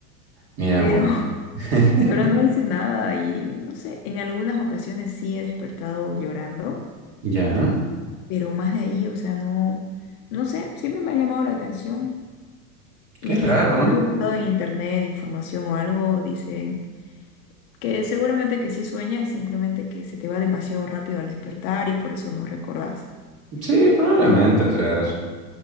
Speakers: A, on the right; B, on the left.
A: Mira
B: Pero,
A: vos.
B: <laughs>
A: <laughs>
B: pero no hice nada y no sé, en algunas ocasiones sí he despertado llorando,
A: Ya.
B: pero más de ahí, o sea, no, no sé, siempre me ha llamado la atención.
A: Qué
B: Y
A: raro,
B: cuando
A: ¿no?
B: he buscado en internet información o algo, dicen... Que seguramente que sí sueñas, simplemente que se te va demasiado rápido al despertar y por eso no recordás.
A: Sí, probablemente.
B: Pero,
A: O sea, es-